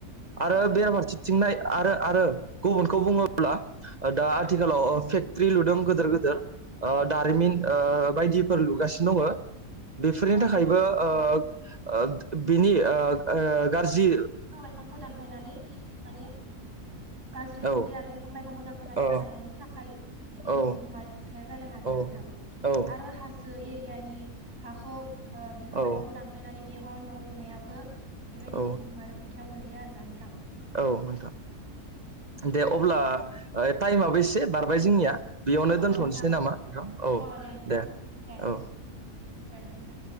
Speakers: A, on the right; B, on the right.
A: आरो
B: अ
A: आरो <unintelligible> आरो आरो गुबुनखौ बुङोब्ला ओ दा आथिखालाव ओ फेक्ट्रि लुदों गोदोर गोदोर। ओ दारिमिन ओ बायदिफोर लुगासिनो दङो बेफोरनि
B: अ
A: थाखायबो
B: नोंथां
A: ओ ओ बिनि ओ ओ गारजि
B: बिफांखौ दानफायनानै माने गाज्रि उखुन्दै
A: औ
B: आरो बिफां लाइफां बिफांखौ दानफायनानै
A: औ
B: बानायनायनि थाखाय बिदि
A: औ
B: बुहुमारि दुंथाया ना नोंथां
A: औ औ
B: आरो हाजो एरियानि हाखौ ओ बिफां
A: औ
B: लाइफांखौ दानफायनानै बेयावहा न' लुनायाबो बेबायदिनो
A: औ
B: बुहुमारि दुंथायाव गोलैयो आरो ना नोंथां।
A: औ नोंथां दे अब्ला ओ टाइमाबो एसे बारबाय जोंनिया। बेयावनो
B: अ
A: दोनथ'नोसै
B: नोंथां
A: नामा नोंथां? औ
B: अ नोंथां
A: दे औ।
B: दे दे नोंथां।